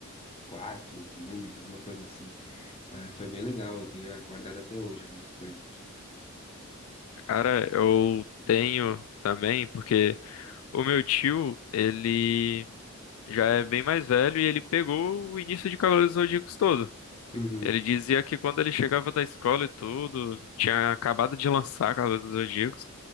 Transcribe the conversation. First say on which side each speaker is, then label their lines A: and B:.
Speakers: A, on the left (about 25°); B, on the left (about 75°).
A: quatro volumes, alguma coisa assim. Mas foi bem legal, eu tenho guardado até hoje algumas coisas aqui.
B: cara, eu tenho também, porque o meu tio, ele já é bem mais velho e ele pegou o início de Cavaleiros do Zodíaco todo.
A: Uhum,
B: Ele dizia que quando ele chegava da escola e tudo, tinha acabado de lançar Cavaleiros do Zodíaco